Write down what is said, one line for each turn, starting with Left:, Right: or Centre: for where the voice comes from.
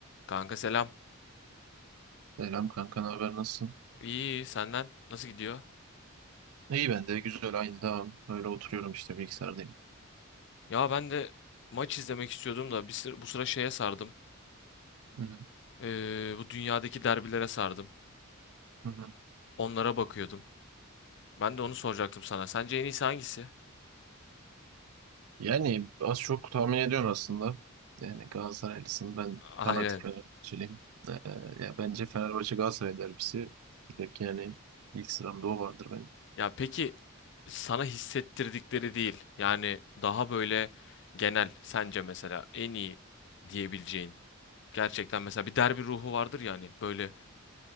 Left: Kanka selam.
Right: Selam kanka, ne haber, nasılsın?
Left: İyi, iyi senden nasıl gidiyor?
Right: İyi ben de güzel aynı devam. Öyle oturuyorum işte bilgisayardayım.
Left: Ya ben de maç izlemek istiyordum da bir sıra, bu sıra şeye sardım.
Right: Hı hı,
Left: Ee, bu dünyadaki derbilere sardım.
Right: hı hı.
Left: Onlara bakıyordum. Ben de onu soracaktım sana. Sence en iyisi hangisi?
Right: Yani az çok tahmin ediyorsun aslında. Yani Galatasaraylısın ben
Left: Aynen.
Right: fanatik Fenerbahçeliyim. Ee, ya bence Fenerbahçe Galatasaray derbisi direkt yani ilk sıramda o vardır benim.
Left: Ya peki sana hissettirdikleri değil. Yani daha böyle genel sence mesela en iyi diyebileceğin. Gerçekten mesela bir derbi ruhu vardır yani. Böyle